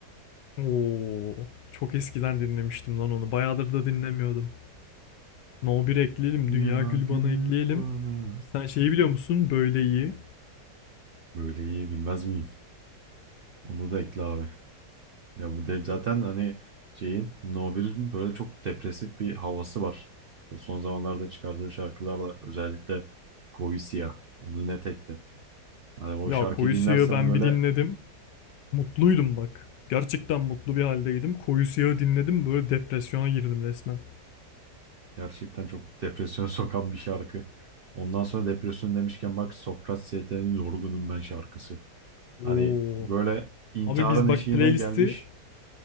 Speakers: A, on the left (about 80°); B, on the right (about 70°).
A: Oo, çok eskiden dinlemiştim lan onu. Bayağıdır da dinlemiyordum. No bir ekleyelim,
B: Ya
A: Dünya Gülban'ı
B: gül
A: ekleyelim.
B: bana.
A: Sen şeyi biliyor musun? Böyle iyi.
B: Böyle iyi bilmez miyim? Onu da ekle abi. Ya bu de, zaten hani şeyin No 1'in böyle çok depresif bir havası var. Son zamanlarda çıkardığı şarkılarla özellikle Koyu Siyah. Onu net ekle. Hani o
A: Ya
B: şarkıyı
A: Koyu
B: dinlersen
A: Siyah'ı ben
B: böyle
A: bir dinledim. Mutluydum bak. Gerçekten mutlu bir haldeydim. Koyu Siyah'ı dinledim böyle depresyona girdim resmen.
B: gerçekten çok depresyona <laughs> sokan bir şarkı. Ondan sonra depresyon demişken bak Sokrat ST'nin Yorgunum Ben şarkısı.
A: Oo.
B: Hani böyle intiharın
A: Abi biz
B: eşiğine
A: bak playlisti
B: gelmiş.